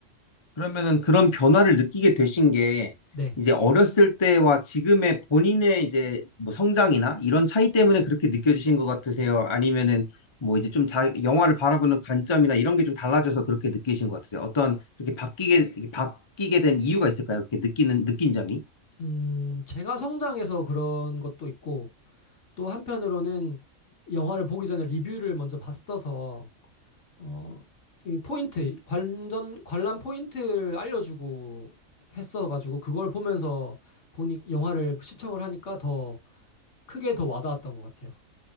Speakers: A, on the left; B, on the left.
A: 그러면은 그런 변화를 느끼게 되신 게
B: 네.
A: 이제 어렸을 때와 지금의 본인의 이제 뭐 성장이나 이런 차이 때문에 그렇게 느껴지신 것 같으세요? 아니면은 뭐 이제 좀 자, 영화를 바라보는 관점이나 이런 게 좀 달라져서 그렇게 느끼신 것 같으세요? 어떤 그렇게 바뀌게 이렇게 바뀌게 된 이유가 있을까요? 이렇게 느끼는 느낀 점이?
B: 음, 제가 성장해서 그런 것도 있고 또 한편으로는 영화를 보기 전에 리뷰를 먼저 봤어서 어, 이 포인트, 관전, 관람 포인트를 알려주고 했어가지고 그걸 보면서 보니 영화를 시청을 하니까 더 크게 더 와닿았던 것 같아요.